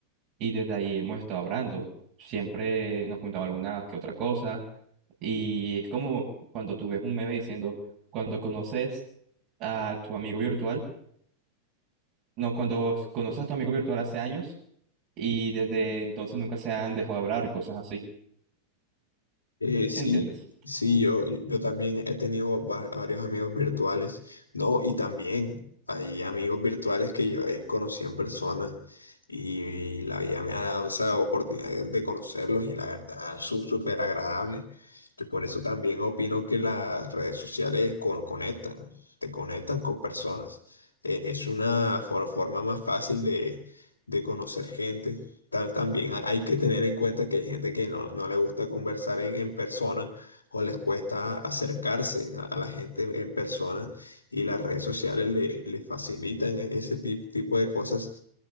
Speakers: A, on the right; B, on the left.
A: y desde ahí hemos estado hablando. Siempre nos juntamos alguna que otra cosa y es como cuando tú ves un meme diciendo, cuando conoces a tu amigo virtual, no, cuando conoces a tu amigo virtual hace años y desde entonces nunca se han dejado de hablar y cosas así,
B: Eh,
A: ¿sí
B: sí,
A: entiendes?
B: sí, yo, yo también he tenido va- varios amigos virtuales, ¿no? Y también hay amigos virtuales que yo he conocido en persona y, la vida me ha dado esa oportunidad de, de conocerlos y la verdad, su súper agradable. Yo por eso también opino que las redes sociales con- conectan, te conectan con personas. Eh, es una for- forma más fácil de, de conocer gente Ta- También ha- hay que tener en cuenta que hay gente que no, no le gusta conversar en, en persona o les cuesta acercarse a, a la gente en persona y las redes sociales le, le facilitan e- ese tip- tipo de cosas